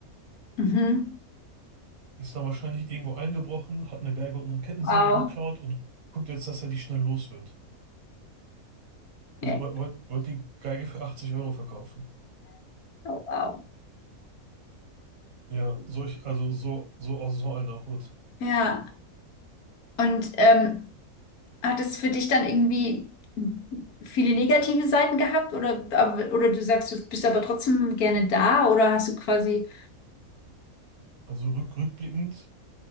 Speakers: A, on the left; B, on the right.
A: Mhm.
B: Ist dann wahrscheinlich irgendwo eingebrochen, hat eine Geige und eine Kettensäge
A: Wow.
B: geklaut und guckt jetzt, dass er die schnell los wird. Wollt,
A: Ja.
B: wollt wollt die Geige für 80 Euro verkaufen.
A: Oh, wow.
B: Ja, solch, also so, so aus so einer Hut.
A: Ja, und ähm, hat es für dich dann irgendwie viele negative Seiten gehabt oder, aber- oder du sagst, du bist aber trotzdem gerne da oder hast du quasi,
B: Also rück, rückblickend